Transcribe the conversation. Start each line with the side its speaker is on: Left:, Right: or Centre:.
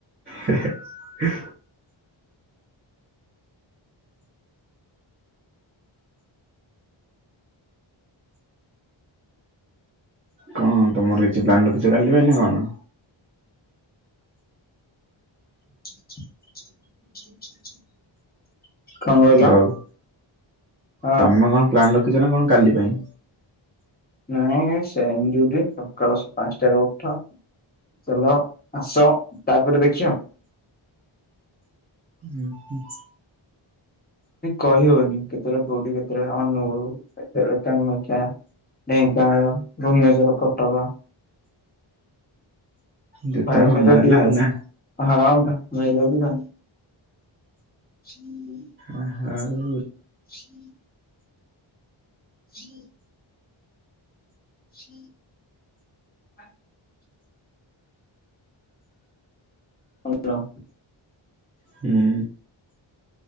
Right: ହେ ହେଁ। କଣ ତମର କିଛି ପ୍ଲାନ ରଖିଛ କାଲି ପାଇଁ ନା କଣ?
Left: <inaudible> କହିଲ?
Right: ହ୍ୟାଲୋ
Left: ହଁ
Right: ତମେ କଣ ପ୍ଲାନ୍ ରଖିଛ ନା କ ଣ କାଲି ପାଇଁ?
Left: ହଁ ହଁ ସେମ୍ ଡିଉଟି ସକାଳ ପାଞ୍ଚଟାରେ ଉଠ ଚାଲ ଆସ ତାପରେ ଦେଖିବା।
Right: ଉଁ ହୁଁ।
Left: ନ୍ତି କହି ହଉନି କେତେବେଳେ କୋଉଠି କେତେବେଳେ ଅନୁଗୁଳୁ କେତେବେଳେ କାମାକ୍ଷା ଢେଙ୍କାନାଳ, ଭୁବନେଶ୍ୱର, କଟକ
Right: ଯେତେବେଳେ
Left: ଭାଇ ସହିତ
Right: ମନ ହେଲା
Left: ଡଉ
Right: ଆଉ ନା
Left: ହଁ ଭାଇ ହୁଁ ହୁଁ
Right: ଆ ହାଉ
Left: <inaudible> ଜ <inaudible> ହାଲୋ।
Right: ହୁଁ